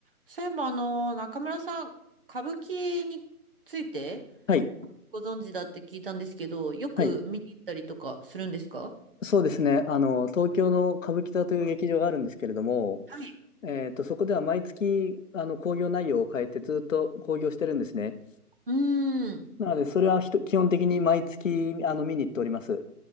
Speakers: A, on the right (about 35°); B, on the left (about 55°).
A: そういえば、あの、中村さん、歌舞伎について
B: はい。
A: ご存知だって聞いたんですけど、よく見に行ったりとかするんですか
B: はい。そうですね。あの、東京の歌舞伎座という劇場があるんですけれども、
A: はい。
B: えっと、そこでは毎月、あの、興行内容を変えてずっと興行してるんですね。
A: うーん。
B: なので、それはひと基本的に毎月、あの、見に行っております。